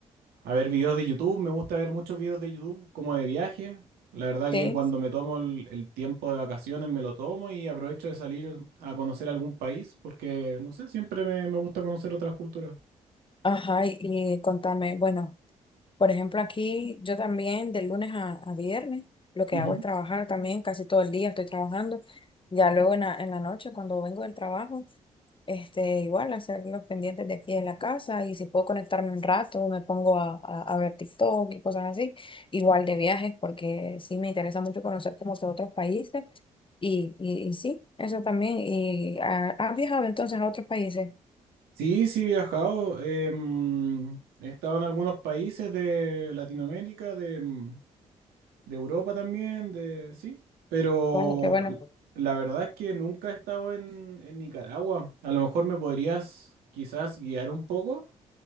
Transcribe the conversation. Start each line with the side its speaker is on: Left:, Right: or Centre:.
Right: a ver videos de YouTube. Me gusta ver muchos videos de YouTube como de viaje. La verdad
Left: sí.
Right: que cuando
Left: Sí,
Right: me tomo el, el tiempo de vacaciones, me lo tomo y aprovecho de salir a conocer algún país, porque, no sé, siempre me me gusta conocer otras culturas.
Left: ajá, y, y contame, bueno, Por ejemplo, aquí yo también de lunes a, a viernes lo que
Right: Ujú.
Left: hago es trabajar también, casi todo el día estoy trabajando. Ya luego en la, en la noche cuando vengo del trabajo, este, igual hacer los pendientes de aquí en la casa y si puedo conectarme un rato me pongo a, a, a ver TikTok y cosas así. Igual de viajes porque sí me interesa mucho conocer como que otros países y, y, y sí, eso también. ¿Y ah, has viajado entonces a otros países?
Right: Sí, sí he viajado. em, he estado en algunos países de Latinoamérica, de, em, de Europa también, de sí. Pero
Left: Bueno, qué bueno.
Right: l- la verdad es que nunca he estado en, en Nicaragua. A lo mejor me podrías quizás guiar un poco